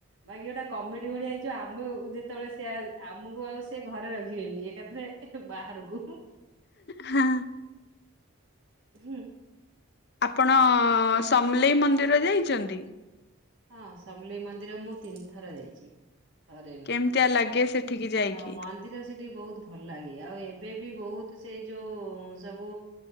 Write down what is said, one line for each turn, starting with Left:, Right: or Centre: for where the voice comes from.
Right: ବାକି ଗୋଟେ କମେଡ଼ି ଭଳିଆ ହେଇଛ ଆମେ ଯେତେବେଳେ ସେ ଆମକୁ ଆଉ ସେ ଘରେ ରଖିବେନି ଏକାଥରେ। ବାହାରକୁ।
Left: ହଁ
Right: ହୁଁ।
Left: ଆପଣ ସମଲେଇ ମନ୍ଦିର ଯାଇଛନ୍ତି?
Right: ହଁ ସମଲେଇ ମନ୍ଦିର ମୁଁ ତିନି ଥର ଯାଇଛି। ଥରେ ନୁହଁ।
Left: କେମିତିଆ ଲାଗେ ସେଠିକି ଯାଇକି?
Right: ଆଉ ମନ୍ଦିର ସେଠି ବହୁତ ଭଲ ଲାଗେ ଆଉ ଏବେ ବି ବହୁତ ସେ ଯୋଉ ସବୁ